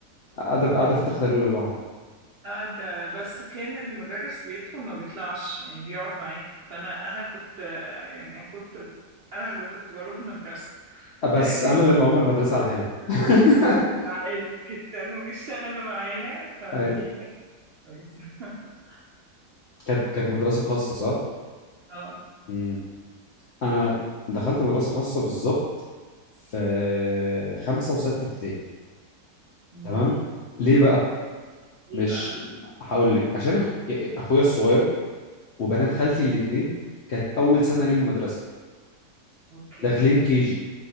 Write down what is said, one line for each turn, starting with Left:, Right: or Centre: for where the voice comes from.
Left: قاعده قاعده في التخته الاولى لوحدي
Right: قاعدة بس كان المدرس بيدخل ما بيطلعش يعني بيقعد معايا فأنا أنا كنت آه، يعني أنا كنت أنا اللي كنت بروح المدرسة
Left: بس
Right: <laughs>
Left: انا اللي مقوم المدرسه على حيلها <laughs>
Right: دروس عادي جدا وبيشتغلوا معايا فدي
Left: أي.
Right: كانت كويسة <laughs>
Left: كانت كانت مدرسه خاصه صح؟
Right: اه
Left: امم انا دخلت مدرسه خاصه بالظبط في خمسه وسته ابتدائي
Right: مهم.
Left: تمام ليه بقى؟
Right: دي
Left: مش
Right: بقى
Left: هقول لك عشان أخ... اخويا الصغير وبنات خالتي الاثنين كانت اول سنه ليهم مدرسه
Right: اوكي
Left: داخلين كي جي